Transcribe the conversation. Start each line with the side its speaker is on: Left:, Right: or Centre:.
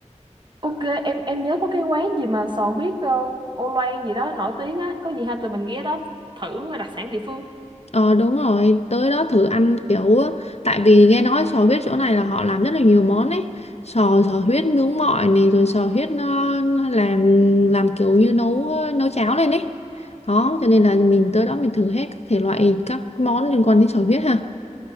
Right: Ok, em em nhớ có cái quán gì mà sò huyết ờ, ô loan gì đó nổi tiếng á, có gì hai tụi mình ghé đó thử đặc sản địa phương.
Left: Ờ đúng rồi, tới đó thử ăn kiểu á, tại vì nghe nói sò huyết chỗ này là họ làm rất là nhiều món ấy. Sò sò huyết nướng mọi này rồi sò huyết nó nó làm làm kiểu như nấu nấu cháo lên ấy. Đó, cho nên là mình tới đó mình thử hết các thể loại các món liên quan đến sò huyết ha.